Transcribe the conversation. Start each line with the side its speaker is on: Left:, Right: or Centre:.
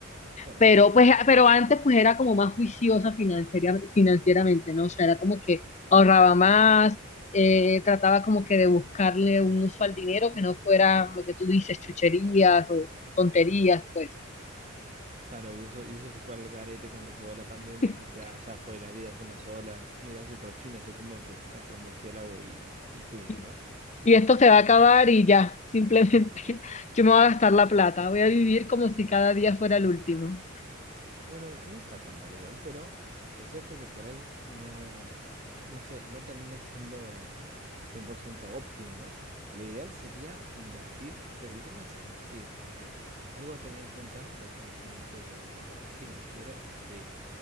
Right: claro,
Left: Pero,
Right: bueno,
Left: pues, a- pero antes pues era como más juiciosa financiera- financieramente, ¿no? O sea, era como que ahorraba más, eh, trataba como que de buscarle un uso al dinero que no fuera lo que tú dices, chucherías o tonterías, pues.
Right: claro, y eso, y eso se fue al garete cuando llegó la pandemia
Left: <laughs>
Right: y dijiste, ah, ya fue, la vida es una sola, mirá si otro chino se come otro, otro murciélago y, y fuimos,
Left: Y,
Right: ¿no?
Left: y esto se va a acabar y ya, simplemente <laughs> yo me voy a gastar la plata, voy a vivir como si cada día fuera el último.
Right: Bueno, no está tan mal igual, pero es cierto que por ahí no, no sé, no termina siendo 100% óptimo, ¿no? Lo ideal sería invertir, pero el tema es en qué, porque algo a tener en cuenta del conocimiento de, de lo que es financiero es que